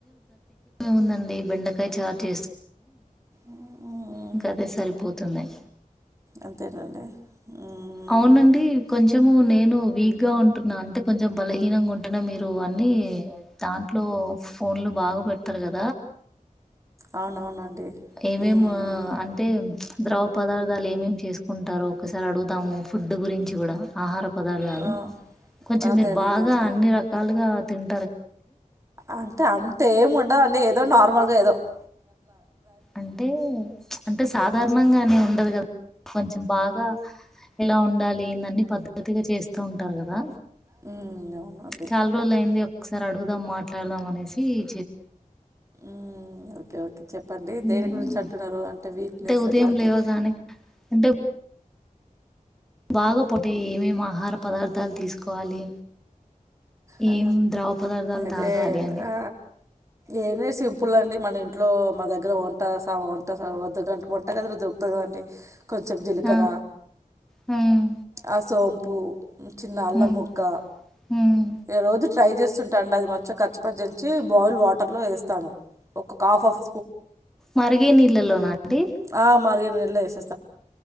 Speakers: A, in the centre; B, on the right.
A: ఉందండి బెండకాయి చార్ చేస్తున్నాము.
B: మ్మ్.
A: ఇంక అదే సరిపోతున్నయి.
B: అంతేనండి. హ్మ్.
A: అవునండి కొంచము నేను వీక్గా ఉంటున్నా అంటే కొంచం బలహీనంగా ఉంటన్నా మీరు అన్ని దాంట్లో ఫోన్లు బాగా పెడతారు కదా
B: అవునవునండి.
A: ఏమేం
B: హ్మ్.
A: అంటే ద్రవ పదార్థాలు ఏమేమి చేసుకుంటారో ఒకసారి అడుగుదాము ఫుడ్ గురించి గుడా ఆహార పదార్థాలు
B: ఆ!
A: కొంచం
B: అదే
A: మీరు
B: అదే
A: బాగా
B: అదే అండి.
A: అన్ని రకాలుగా తింట అంటారు కదండీ.
B: అంటే అంత ఏం ఉండదండి ఏదో నార్మల్గా ఏదో అట్ల
A: అంటే అంటే సాధారణంగానే
B: హ్మ్.
A: ఉండదు కదా కొంచం బాగా ఎలా ఉండాలి. ఏం దన్ని పద్ధతిగా చేస్తూ ఉంటారు కదా
B: హ్మ్. అవునండి.
A: చాల్ రోజులైంది. ఒకసారి అడుగుదాం మాట్లాడదాం అనేసి చేసాను.
B: మ్ ఓకే ఓ చెప్పండి
A: హ్మ్.
B: దేని గురించి అంటున్నారు అంటే వీక్నెస్
A: ఉదయం
B: అట్లాంటి
A: లేవగానే అంటే బాగా పొ టే ఏమేం ఆహార పదార్ దాల్ తీసుకోవాలి.
B: ఆ
A: ఏం ద్రవ పదార్థాలు
B: అయితే
A: తాగాలి అని
B: ఆ ఏన్లే సింపుల్ అండి మన ఇంట్లో మా దగ్గర వంట సా వంట వ వంట గదిలో దొరుకుతద్ కదండి. కొంచం జీలకర
A: ఆ! హ్మ్.
B: ఆ సోం పూ చిన్న అల్లం
A: హ్మ్.
B: ముక్క
A: హ్మ్.
B: ఈ రోజు ట్రై చేస్తుంటా అండి అది మంచిగ కచ్చపచ్చ దంచి బాయిల్డ్ వాటర్లో ఏస్తాను. ఒక్కొక్క హాఫ్, హాఫ్
A: మరిగే నీళ్ళల్లోనా అండి
B: <inaudible> యేసేస్తానండి.